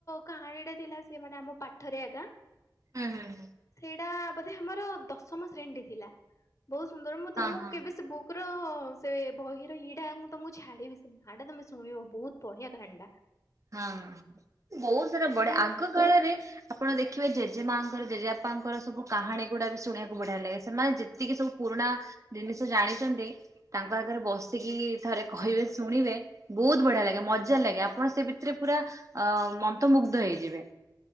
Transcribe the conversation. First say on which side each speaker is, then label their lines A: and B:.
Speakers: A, on the left; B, on the right.
A: କାହାଣୀ ଟା ଥିଲା ସେ ମେ ଆମ ପାଠରେ ଆଗା
B: ହୁଁ।
A: ସେଇଟା ବୋଧେ ଆମର ଦଶମ ଶ୍ରେଣୀରେ ଥିଲା ବହୁତ ସୁନ୍ଦର ମୁଁ
B: ହଁ
A: ତମକୁ
B: ହଁ
A: କେବେ ସେ ବୁକ୍ କ୍ ର। ହ ସେ ବହିର ଇଏଟା ମୁଁ ତମକୁ ଛାଡିବି ସେ ନାଟା ତମେ ଶୁଣିବ ବହୁତ ବଢିଆ କାହାଣିଟା।
B: ହଁ ବହୁତ ସାରା ବଢିଆ
A: ସେ
B: ଆଗ କାଳରେ ଆପଣ ଦେଖିବେ ଜେଜେମାଙ୍କର ଜେଜେପାଙ୍କର ସବୁ କାହାୀ ଗୁଡା ବି ଶୁଣିବାକୁ ବଢିଆ ଲାଗେ ସେମାନେ ଯେତିକି ସବୁ ପୁରୁଣା ଜିନିଷ ଜାଣିଛନ୍ତି। ତାଙ୍କ ଆଗରେ ବସିକି ଥରେ କହିବେ ଶୁଣିବେ ବହୁତ ବଢିଆ ଲାଗେ ମଜା ଲାଗେ ଆପଣ ସେ ସେଥିରେ ପୁରା ଅ ମନ୍ତମୂଗ୍ଧ ହେଇଯିବେ